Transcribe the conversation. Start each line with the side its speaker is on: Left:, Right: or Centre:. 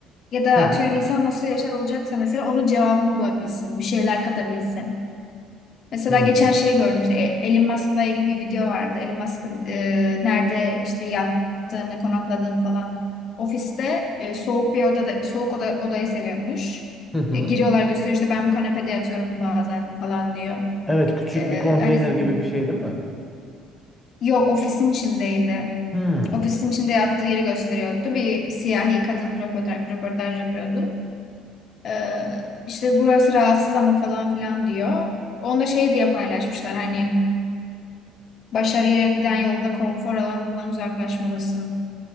Left: Ya da
Centre: Hı hı.
Left: atıyorum insan nasıl yaşar olacaksa mesela onun cevabını bulabilsin. Bir şeyler katabilsin. Mesela
Centre: Hmm.
Left: geçen şeyi gördüm işte E- Elon Musk'la ilgili bir video vardı. Elon Musk'ın e, nerede işte yattığını, konakladığını falan. Ofiste e, soğuk bir odada soğuk oda, odayı seviyormuş.
Centre: Hı hı.
Left: E, giriyorlar gösteriyor işte ben bu kanepede yatıyorum bazen falan diyor.
Centre: Evet, küçük
Left: E,
Centre: bir konteyner
Left: hani
Centre: gibi bir şey değil mi?
Left: yok ofisin içindeydi.
Centre: Hmm.
Left: Ofisin içinde yattığı yeri gösteriyordu. Bir siyahi kadın röportaj, röportaj yapıyordu. E, işte burası rahatsız ama falan filan diyor. Onda şey diye paylaşmışlar hani Başarıya giden yolda konfor alanından uzaklaşmalısın